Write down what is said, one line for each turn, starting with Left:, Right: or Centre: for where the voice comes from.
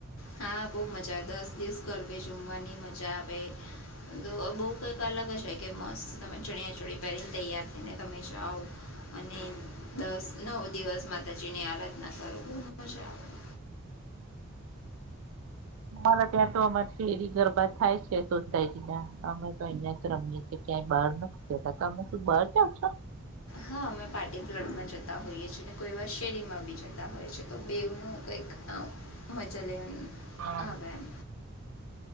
Left: હા, બો મજા આવે દસ દિવસ ગરબે ઝૂમવાની મજા આવે, તો બો કંઈક અલગ જ હોય કે મસ્ત તમે ચણ્યાચો ડી પહેરીને તૈયાર થઈને તમે જાઓ અને દસ નવ દિવસમાં માતાજીની આરાધના કરો, બો મજા આવે
Right: અમારા ત્યાં તો અમારી શેરી ગરબા થાય છે સોસાયમા, અમે તો અહિયાંજ રમીએ છીએ. ક્યાંય બહાર નથી જતા, તમે શું બહાર જાવ છો?
Left: હા, અમે પાર્ટી પ્લોટમાં જતા હોઈએ છે ને કોઈ એવા શેરીમાં બી જતા હોઈએ છે, તો બેવનું કંઈક <unintelligible> મજા લેવન
Right: હા
Left: આવ એમ